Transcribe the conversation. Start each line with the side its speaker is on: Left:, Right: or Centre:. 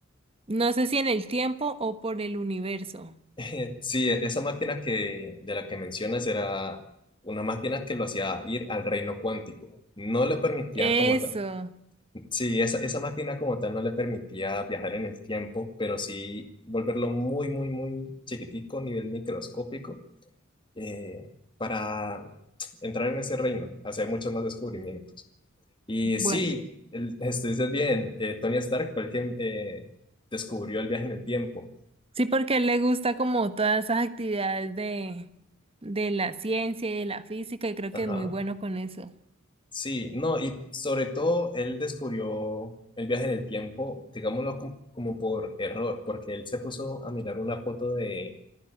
Right: no sé si en el tiempo o por el universo.
Left: <laughs> Sí, esa máquina que, de la que mencionas era una máquina que lo hacía ir al reino cuántico. No le permitía
Right: Eso.
Left: como tal. Sí, esa, esa máquina como tal no le permitía viajar en el tiempo, pero sí volverlo muy, muy, muy chiquitico, nivel microscópico, eh, para entrar en ese reino, hacer muchos más descubrimientos. Y
Right: Bueno,
Left: sí, el, estuviste bien, eh, Tony Stark fue el que eh, descubrió el viaje en el tiempo.
Right: sí, porque a él le gusta como todas esas actividades de, de la ciencia y de la física y creo
Left: Ajá.
Right: que es muy bueno con eso.
Left: Sí, no, y sobre todo él descubrió el viaje en el tiempo, digámoslo como, como por error, porque él se puso a mirar una foto de